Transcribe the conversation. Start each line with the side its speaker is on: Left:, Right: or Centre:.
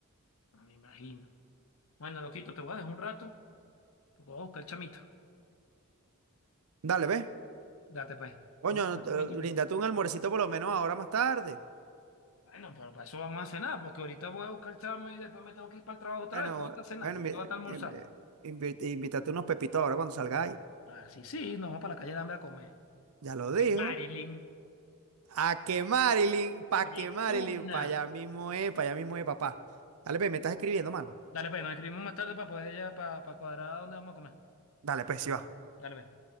Left: Ah, Me imagino. Bueno, loquito, te voy a dejar un rato. porque Voy a buscar el chamito.
Right: Dale, ve.
Left: Date pues.
Right: Coño,
Left: Voy a buscar
Right: eh,
Left: el chamito que
Right: bríndate
Left: te-
Right: un almuercito por lo menos ahora más tarde.
Left: Bueno, pero para eso vamos a cenar, porque ahorita voy a buscar el chamo y después me tengo que ir para el trabajo otra
Right: Bueno,
Left: vez. Voy a estar cenando,
Right: bueno, invi-
Left: voy a estar almorzando.
Right: invi- invi- invítate unos pepitos ahora cuando salgáis.
Left: Ah, sí, sí, nos vamos para la calle de hambre a comer.
Right: Ya lo
Left: Ok,
Right: dijo
Left: Marilyn,
Right: A que Marilyn, pa'
Left: de
Right: que Marilyn,
Left: una.
Right: pa' allá mismo es, pa' allá mismo es, papá. Dale, pues, me estás escribiendo, mano.
Left: Dale, pues, nos escribimos más tarde para poder ya, para, para cuadrar dónde vamos a comer.
Right: Dale, pues, sí va.
Left: Dale, pues.